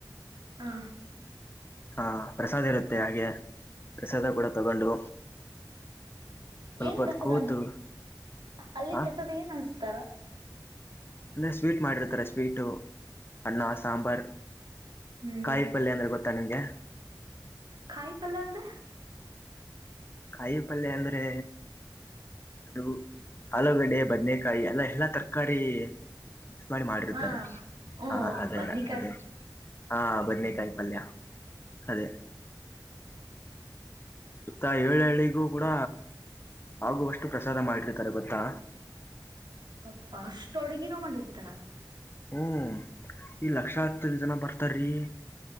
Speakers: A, on the right; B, on the left.
A: ಹಾ.
B: ಹಾಂ ಪ್ರಸಾದ ಇರುತ್ತೆ ಹಾಗೆ ಪ್ರಸಾದ ಕೂಡ ತಗೊಂಡು. ಸ್ವಲ್ಪ
A: ಏನ್
B: ಹೊತ್ತು
A: ಪ್ರಸಾದ
B: ಕೂತು
A: ಅನ್ಚ್ ಅಲ್ಲಿ
B: ಹ
A: ಪ್ರಸಾದ ಏನ್ ಅನ್ಸ್ತಾರ.
B: ಅಂದ್ರೆ ಸ್ವೀಟ್ ಮಾಡಿರ್ತಾರೆ. ಸ್ವೀಟು, ಅನ್ನ, ಸಾಂಬಾರ್,
A: ಹ್ಮ್
B: ಕಾಯಿ ಪಲ್ಯ ಅಂದ್ರೆ ಗೊತ್ ತ್ನಗೆ.
A: ಕಾಯಿ ಪಲ್ಯ ಅಂದ್ರೆ.
B: ಕಾಯಿ ಪಲ್ಯ ಅಂದ್ರೆ. ಅದು ಆಲೂಗಡೆ, ಬದನೇಕಾಯಿ, ಅಲ್ಲ ಎಲ್ಲಾ ತರಕಾರಿ. ಮಿಕ್ಸ್ ಮಾಡಿ ಮಾಡಿರ್ತ್ತಾರೆ
A: ಹಾ ಹ್ಮ್
B: ಹಾ ಅದೇ
A: ಬದ್ನಿಕಾಯಿ
B: ಅದೇ. ಹಾ
A: ಹ್ಮ್
B: ಬದನೇಕಾಯಿ ಪಲ್ಯ ಅದೇ. ಸುತ್ತ ಏಳ ಹಳ್ಳಿಗೂ ಕೂಡ ಆಗುವಷ್ಟು ಪ್ರಸಾದ ಮಾಡಿರ್ತಾರೆ ಗೊತ್ತಾ.
A: ಯಪ್ಪ ಅಷ್ಟೊಡಗಿನೋ ಮಾಡಿರ್ತಾರ.
B: ಹ್ಮ ಈ ಲಕ್ಷ್ಯತ್ರ ಜನ ಬರ್ತಾರೀ.